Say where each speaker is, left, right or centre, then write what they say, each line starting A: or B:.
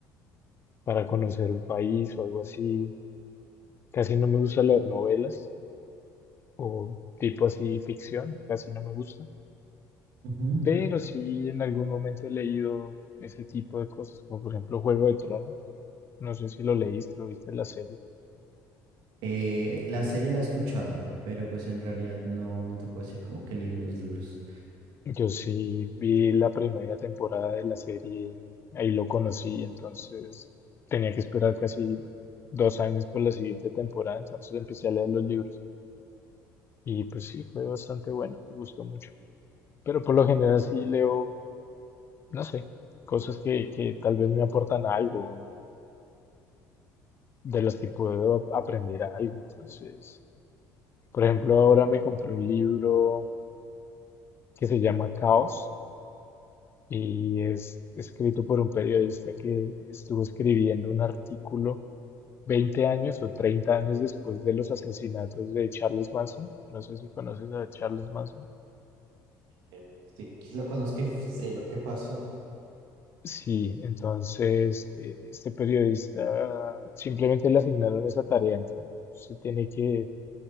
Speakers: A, on the left; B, on the right.
A: para conocer un país o algo así. Casi no me gusta leer novelas o tipo así ficción, casi no me gusta.
B: ujú.
A: Pero sí en algún momento he leído ese tipo de cosas, como por ejemplo Juego de Tronos. No sé si lo leíste o viste la serie.
B: Eh, la serie la he escuchado, pero pues en realidad no, no te puedo decir como que leí los libros.
A: Yo sí vi la primera temporada de la serie y ahí lo conocí, entonces tenía que esperar casi dos años por la siguiente temporada, entonces empecé a leer los libros y pues sí, fue bastante bueno, me gustó mucho. Pero por lo general sí leo, no sé, cosas que, que tal vez me aportan algo, de las que puedo aprender algo, entonces... Por ejemplo, ahora me compré un libro que se llama Caos y es escrito por un periodista que estuvo escribiendo un artículo 20 años o 30 años después de los asesinatos de Charles Manson. No sé si conoces a Charles Manson.
B: Eh, Sí, que lo conozco y sé lo que pasó.
A: Sí, entonces eh, este periodista simplemente le asignaron esa tarea, entonces se tiene que